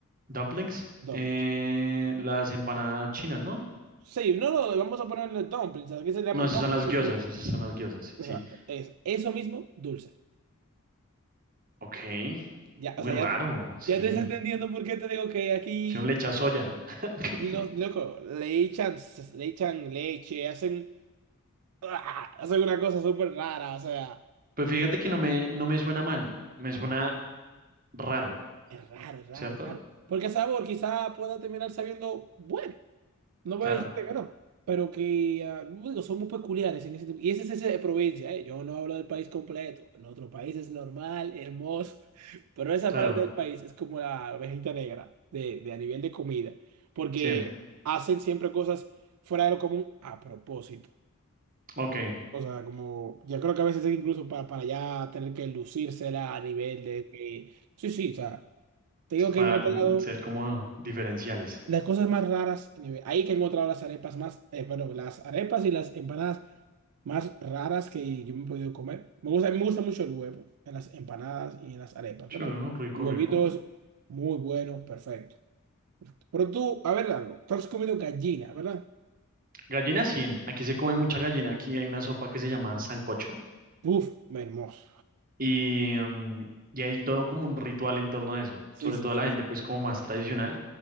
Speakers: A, on the right (about 40°); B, on the right (about 90°).
A: Dumplings.
B: Dumplings.
A: eh, las empanadas chinas, ¿no?
B: Sí, no, no, vamos a ponerle dumplings. Aquí se llama
A: No, esas
B: dumplings.
A: son las
B: que
A: gyozas,
B: son-
A: esas son las gyozas, sí.
B: Exacto.
A: sí.
B: Es eso mismo, dulce.
A: Ok,
B: Ya,
A: muy
B: o sea,
A: raro,
B: ya,
A: sí.
B: ya te está entendiendo por qué te digo que aquí,
A: Que uno le echa soya. <laughs>
B: los, loco, le echan, le echan leche, hacen, ¡ah! hacen una cosa súper rara, o sea,
A: Pues fíjate
B: y
A: que no me, no me suena mal, me suena raro,
B: es raro, es raro,
A: ¿cierto?
B: es raro. Porque el sabor quizá pueda terminar sabiendo bueno, No voy
A: Claro,
B: a decirte que no, pero que ah, digo, somos peculiares en ese tipo. Y ese es ese de provincia, ¿eh? Yo no hablo del país completo. En otro país es normal, hermoso, <laughs> pero esa
A: claro,
B: parte del país es como la ovejita negra de, de a nivel de comida, porque
A: sí.
B: hacen siempre cosas fuera de lo común a propósito.
A: Ok,
B: O sea, como yo creo que a veces es incluso para, para ya tener que lucírsela a nivel de que, sí, sí, o sea, te digo
A: sí,
B: que
A: para
B: he encontrado
A: ser como diferenciales.
B: las cosas más raras, a nivel- ahí que he encontrado las arepas más, eh, bueno, las arepas y las empanadas más raras que yo me he podido comer. Me gusta, me gusta mucho el huevo en las empanadas y en las arepas,
A: Sí,
B: ¿verdad?
A: rico,
B: El huevito
A: rico.
B: es muy bueno, perfecto. Pero tú, a ver algo, tú has comido gallina, ¿verdad?
A: Gallina, sí, aquí se come mucha gallina, aquí hay una sopa que se llama sancocho.
B: Uf, hermoso.
A: Y, mm, y hay todo como un ritual en torno a eso.
B: Sí,
A: Sobre
B: sí,
A: todo
B: sí.
A: la gente, pues como más tradicional,